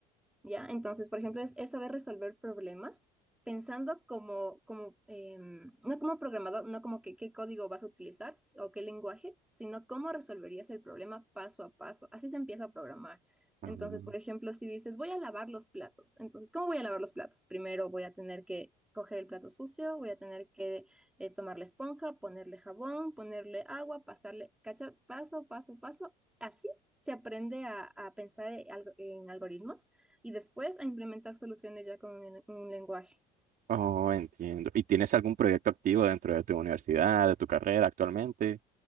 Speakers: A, in the centre; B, on the right.
A: ¿ya? Entonces, por ejemplo, es, es saber resolver problemas pensando como, como em, no como programador, no como que qué código vas a utilizar s- o qué lenguaje, sino cómo resolverías el problema paso a paso. Así se empieza a programar.
B: Ujú.
A: Entonces, por ejemplo, si dices, voy a lavar los platos, entonces, ¿cómo voy a lavar los platos? Primero voy a tener que... coger el plato sucio, voy a tener que eh, tomar la esponja, ponerle jabón, ponerle agua, pasarle, ¿cachas? Paso, paso, paso. Así se aprende a, a pensar en algo- en algoritmos y después a implementar soluciones ya con un, un lenguaje.
B: Oh, entiendo. ¿Y tienes algún proyecto activo dentro de tu universidad, de tu carrera actualmente?